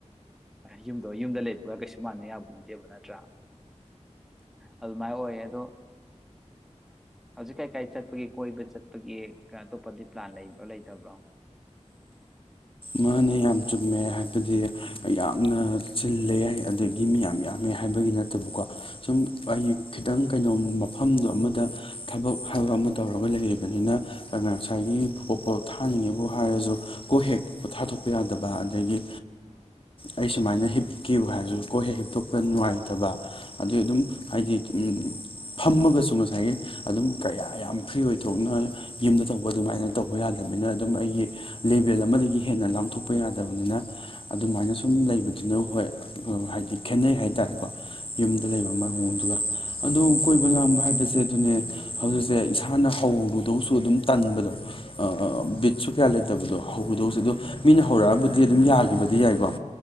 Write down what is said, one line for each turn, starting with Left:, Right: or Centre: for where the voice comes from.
Centre: ꯌꯨꯝꯗꯣ ꯌꯨꯝꯗ ꯂꯩꯕꯒ ꯀꯩꯁꯨ ꯃꯥꯟꯅ ꯌꯥꯕ ꯅꯠꯇꯦꯕ ꯅꯠꯇ꯭ꯔꯥ ꯑꯗꯨꯃꯥꯏꯅ ꯑꯣꯏꯌꯦ ꯑꯗꯣ ꯍꯧꯖꯤꯛ ꯀꯩ ꯀꯥꯏ ꯆꯠꯄꯒꯤ ꯀꯣꯏꯕ ꯆꯠꯄꯒꯤ ꯑꯇꯣꯞꯄꯗꯤ ꯄ꯭ꯂꯥꯟ ꯂꯩꯕ꯭ꯔꯣ ꯂꯩꯇꯕ꯭ꯔꯣ
Left: ꯃꯥꯅꯦ ꯌꯥꯝ ꯆꯨꯝꯃꯦ ꯍꯥꯏꯕꯗꯤ ꯌꯥꯝꯅ ꯆꯤꯜꯂꯦ ꯑꯗꯒꯤ ꯃꯤ ꯌꯥꯝ ꯌꯥꯝꯃꯦ ꯍꯥꯏꯕꯒꯤ ꯅꯠꯇꯕꯀꯣ ꯁꯨꯝ ꯑꯩ ꯈꯤꯇꯪ ꯀꯩꯅꯣꯝ ꯃꯐꯝꯗꯣ ꯑꯃꯗ ꯊꯕꯛ ꯍꯥꯏꯕ ꯑꯃ ꯇꯧꯔꯒ ꯂꯩꯔꯤꯕ ꯑꯣꯏꯅꯤꯅ ꯉꯁꯥꯏꯒꯤ ꯄꯣ ꯄꯣꯊꯥꯅꯤꯡꯉꯤꯕꯨ ꯍꯥꯏꯔꯖꯨ ꯀꯣ ꯍꯦꯛ ꯄꯣꯊꯥꯊꯣꯛꯄ ꯌꯥꯗꯕ ꯑꯗꯒꯤ ꯑꯩ ꯁꯨꯃꯥꯏꯅ ꯍꯤꯞꯀꯦꯕꯨ ꯍꯥꯏꯔꯁꯨ ꯀꯣꯛ ꯍꯦꯛ ꯍꯤꯞꯇꯣꯛꯄ ꯅꯨꯡꯉꯥꯏꯇꯕ ꯑꯗꯨꯒꯤ ꯑꯗꯨꯝ ꯍꯥꯏꯗꯤ ꯐꯝꯃꯒꯁꯨ ꯉꯁꯥꯏꯒꯤ ꯑꯗꯨꯝ ꯀꯌꯥ ꯌꯥꯝ ꯐ꯭ꯔꯤ ꯑꯣꯏꯊꯣꯛꯅ ꯌꯨꯝꯗ ꯇꯧꯕ ꯑꯗꯨꯃꯥꯏꯅ ꯇꯧꯕ ꯌꯥꯗꯕꯅꯤꯅ ꯑꯗꯨꯝ ꯑꯩꯒꯤ ꯂꯦꯚꯦꯜ ꯑꯃꯗꯒꯤ ꯍꯦꯟꯅ ꯂꯥꯡꯊꯣꯛꯄ ꯌꯥꯗꯕꯅꯤꯅ ꯑꯗꯨꯃꯥꯏꯅ ꯁꯨꯝ ꯂꯩꯕꯗꯨꯅ ꯍꯣꯏ ꯍꯥꯏꯗꯤ ꯈꯦꯠꯅꯩ ꯍꯥꯏꯇꯥꯔꯦꯀꯣ ꯌꯨꯝꯗ ꯂꯩꯕ ꯃꯑꯣꯡꯗꯨꯒ ꯑꯗꯣ ꯀꯣꯏꯕ ꯂꯥꯡꯕ ꯍꯥꯏꯕꯁꯦ ꯑꯗꯨꯅꯦ ꯍꯧꯖꯤꯛꯁꯦ ꯏꯁꯥꯅ ꯍꯧꯔꯨꯗꯧꯁꯨ ꯑꯗꯨꯝ ꯇꯟꯕꯗꯣ ꯕꯤꯠꯁꯨ ꯀꯌꯥ ꯂꯩꯇꯕꯗꯣ ꯍꯧꯔꯨꯗꯧꯁꯨ ꯑꯗꯨꯝ ꯃꯤꯅ ꯍꯧꯔꯛꯑꯕꯨꯗꯤ ꯑꯗꯨꯝ ꯌꯥꯒꯤꯕꯗꯤ ꯌꯥꯏꯀꯣ